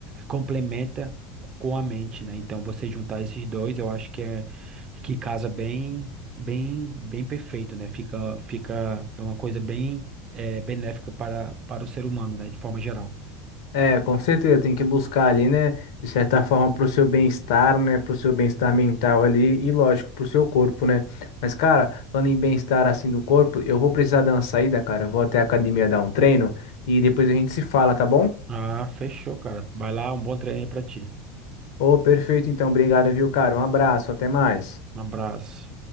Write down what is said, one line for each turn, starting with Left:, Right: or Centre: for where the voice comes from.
Right: complementa com a mente, né? Então você juntar esses dois, eu acho que é que casa bem, bem, bem perfeito, né? Fica, fica é uma coisa bem eh, benéfica para, para o ser humano, né? De forma geral.
Left: É, com certeza, tem que buscar ali, né? De certa forma, para o seu bem-estar, né? Para o seu bem-estar mental ali e, lógico, para o seu corpo, né? Mas, cara, falando em bem-estar assim do corpo, eu vou precisar dar uma saída, cara. Eu vou até a academia dar um treino e depois a gente se fala, tá bom?
Right: Ah, fechou, cara. Vai lá, um bom treino aí para ti.
Left: Ô, perfeito, então. Obrigado, viu, cara? Um abraço, até mais.
Right: Um abraço.